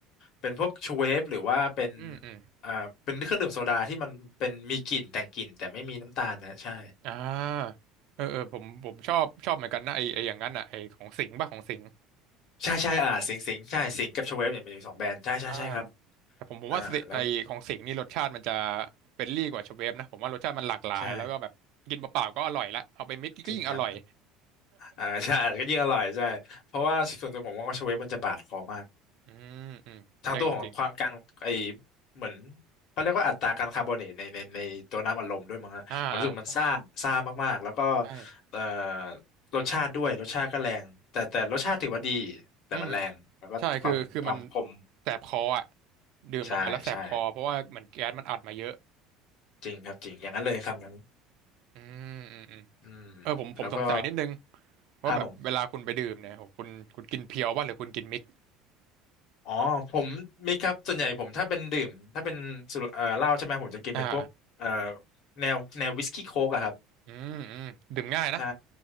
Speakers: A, on the left; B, on the right.
A: เป็นพวกชูเวฟหรือว่าเป็น
B: อืมอืม
A: อ่าเป็นเครื่องดื่มโซดาที่มันเป็นมีกลิ่นแต่งกลิ่นแต่ไม่มีน้ำตาลนะ ใช่
B: อ่าเออเออผมผมชอบชอบเหมือนกันนะไอไออย่างนั้นอ่ะไอของสิงห์ป่ะของสิงห์
A: ใช่ใช่อ่าสิงสิงใช่สิงกับชเวฟเนี่ยมีสองแบรนด์ ใช่ใช่ใช่ครับ
B: อ่าแต่ผมผมว่าสิไอของสิงห์นี่รสชาติมันจะ
A: อ่าแล้ว
B: เฟรนลี่กว่าชเวฟนะผมว่ารสชาติมันหลากหลายแล้วก็แบบกินเปล่าๆก็อร่อยละเอาไปมิกก็ยิ่งอร่อย
A: ใช่ จริงครับ อ่า ใช่ <laughs> ก็ยิ่งอร่อยใช่ เพราะว่าส่วนตัวผมมองว่าชเวฟมันจะบาดคอมาก
B: <laughs> อืมอืมจริงจริง
A: ทางตัวของความการไอเหมือนเขาเรียกว่าอัตราการคาร์บอเนตในในในตัวน้ำอัดลมด้วยมั้งฮะผมรู้สึกมันซ่าซ่ามากๆแล้วก็
B: อ่าอ่าใช่
A: เอ่อรสชาติด้วยรสชาติก็แรงแต่แต่รสชาติถือว่าดีแต่มันแรงแล้วก็ความความคม
B: อืมใช่คือคือมันแสบคออ่ะดื่มลงไปแล้วแสบคอเพราะว่าเหมือนแก๊สมันอัดมาเยอะ
A: ใช่ใช่จริงครับจริงอย่างนั้นเลยคำนั้น
B: อืมอืมอืม
A: อืม
B: เออผมผมสงสัยนิดนึง
A: แล้วก็
B: ว่าแบบเวลาคุณไปดื่มเนี่ยโหคุณคุณกินเพียวป่ะหรือคุณกินมิกซ์
A: ครับผมอ๋อผมมีครับส่วนใหญ่ผมถ้าเป็นดื่มถ้าเป็นสุรเอ่อเหล้าใช่ไหมผมจะกินเป็นพวกเอ่อ
B: อ่า
A: แนวแนววิสกี้โค้กอะครับ
B: อืมอืมดื่มง่ายนะ
A: ใช่